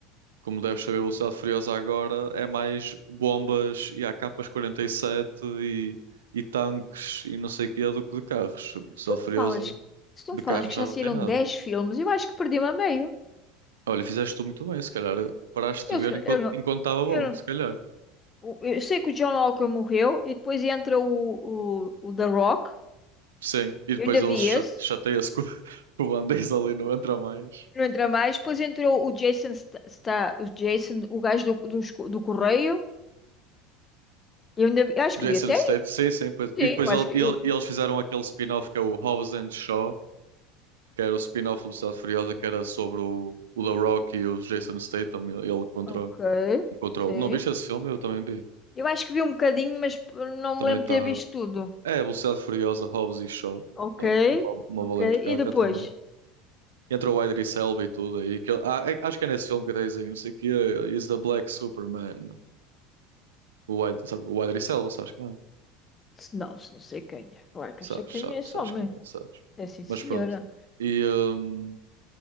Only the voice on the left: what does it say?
se tu me
falas, se tu
me falas
que
já
saíram
10 filmes, eu acho que perdi-me a meio.
Eu,
se calhar-
eu não,
eu não-
o- eu sei que o John Walker morreu e depois entra o, o, o The Rock.
Eu ainda
vi
esse.
Não entra mais. Depois entrou o Jason está o Jason, o gajo do, dos co- do, correio. Eu ainda vi- acho
que vi até
aí.
Sim,
eu acho
que
eu.
Ok,
sim.
Eu acho que vi um bocadinho, mas não
me lembro
de ter visto tudo.
Ok,
ok.
E depois?
Não, se não sei quem é. Claro que
eu sei quem
é só
mãe.
É sim, senhora.